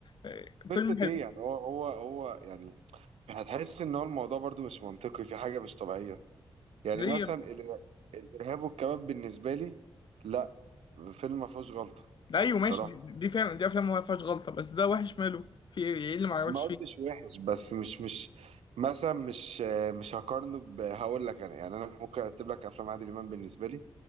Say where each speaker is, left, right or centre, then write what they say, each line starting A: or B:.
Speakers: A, on the left; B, on the right.
A: آه،
B: قصة
A: فيلم حلو
B: ايه يعني هو هو هو يعني هتحس ان هو الموضوع برضو مش منطقي في حاجة مش طبيعية يعني
A: ليه
B: مثلا
A: يا ابني؟
B: الإر- الارهاب والكباب بالنسبة لي لا فيلم ما فيهوش غلطة
A: أيوه ماشي
B: بصراحة
A: دي, دي فعلا دي أفلام ما فيهاش غلطة بس ده وحش ماله في إيه إيه اللي ما عجبكش
B: ما قلتش
A: فيه
B: وحش بس مش مش مثلا مش مش هقارنه ب- هقول لك انا يعني انا ممكن ارتب لك افلام عادل امام بالنسبة لي